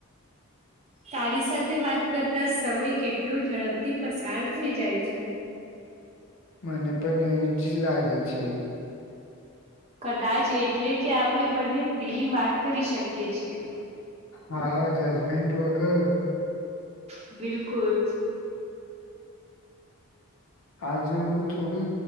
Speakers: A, on the right; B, on the left.
A: તારી સાથે વાત કરતા સમય કેટલો ઝડપથી પસાર થઈ જાય છે.
B: મને પણ એજ લાગે છે.
A: કદાચ એટલે કે આપણેે બને ફ્રીલી વાત કરી શકીએ છીએ.
B: હા જજમેન્ટ વગર
A: બિલકુલ.
B: આજે હું થોડો